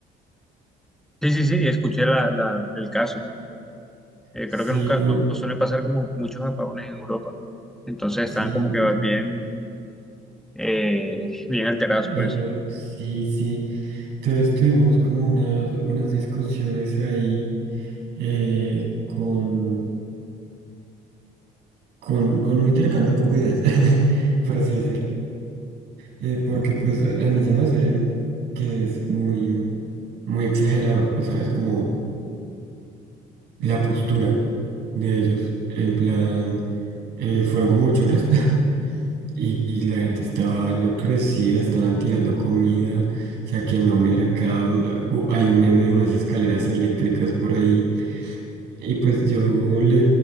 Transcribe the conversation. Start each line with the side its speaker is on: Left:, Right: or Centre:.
Centre: Sí, sí, sí, escuché la, la- el caso. Eh,
Right: Sí,
Centre: creo que nunca,
Right: no,
Centre: no, no suelen pasar como muchos apagones en Europa. Entonces
Right: sí,
Centre: estaban como
Right: no.
Centre: que bien, eh, bien alterados
Right: Bien,
Centre: por eso.
Right: lo- sí, sí. Entonces tuvimos como unas, unas discusiones ahí eh, con, con, con un intercambio como ideas, <laughs> por así decirlo. Eh, porque pues a mí se me hace que es muy, muy exagerado, ¿sabes? Como la postura de ellos. En plan, eh, fueron como ocho horas <laughs> Y, y la gente estaba enloquecida, estaban tirando comida, saqueando mercados. la- u- hay un meme de unas escaleras eléctricas por ahí. Y pues yo le